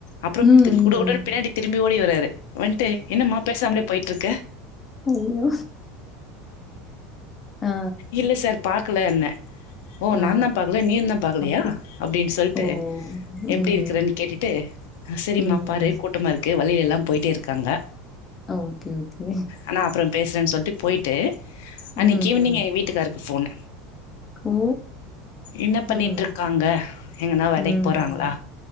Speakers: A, on the left; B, on the left.
A: அப்றோ
B: ம்
A: குடு
B: ம்.
A: குடன்னு பின்னாடி திரும்பி ஓடி வராரு வந்துட்டு என்னம்மா பேசாமலே போயிட்டு இருக்க
B: அய்யோ ஆ
A: இல்லை சார் பார்க்கல என்ன ஓ
B: ஆ ஆ.
A: நா தா பாக்கல நீயு தா பாக்கலயா
B: அப்புறம்
A: அப்டின்னு சொல்ட்டு
B: ஓ
A: எப்டி
B: ம்
A: இருக்கறேன்னு கேட்டுட்டு செரிம்மா
B: ம்
A: பாரு கூட்டமா இருக்கு வழியில எல்லா போயிட்டே இருக்காங்க
B: ஓகே, ஓகே.
A: ஆனா அப்பறோ பேசுறேன்னு சொல்ட்டு போயிட்டு
B: ம்,
A: அன்னக்கி
B: ம்.
A: ஈவினிங் எ வீட்டுக்காருக்கு ஃபோன்
B: ஓ!
A: என்ன
B: ம்,
A: பண்ணிட்டு இருக்காங்க எங்கன்னா வேலைக்கு
B: ம்,
A: போறாங்களா